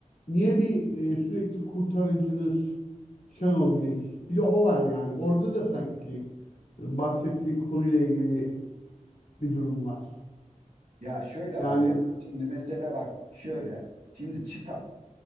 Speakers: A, on the left (about 85°); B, on the right (about 70°).
A: niye bir e, sürekli kurtarıcınız Şenol Güneş? Bir de o var yani. Orada da sanki bahsettiğin konuyla ilgili bir durum var.
B: Ya şöyle abi,
A: Yani
B: şimdi mesela bak şöyle, şimdi çıta,